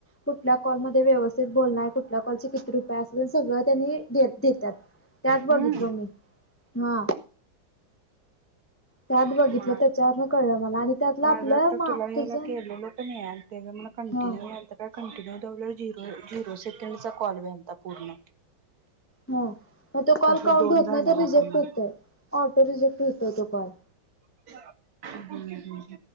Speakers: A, on the left; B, on the right.
A: कुठल्या कॉल मध्ये व्यवस्थित बोललाय कुठल्या कॉल रुपया अस सगळं त्यांनी दे देत्यात त्यात बघितलो
B: हम्म
A: मी. हा त्यात
B: हम्म
A: बघितलं त्याच्यावरन कळलं मला आणि त्यातलं
B: माझं
A: आपलं
B: आता
A: मा
B: तुला हेला
A: तुझ
B: केलेलं क नाही आणि त्याचा मला कंटिन्यू
A: हा
B: यालता काय कंटिन्यू लावल्यावर झीरो झिरो सेकंडचा कॉल वेनता पूर्ण.
A: हा मग तो कॉल
B: तसं
A: काउंट
B: दोन
A: होत
B: झाल्यात
A: नाही तर रिजेक्ट
B: आता मला.
A: होतोय ऑटो रिजेक्ट होतो तो. काॅल
B: हम्म हम्म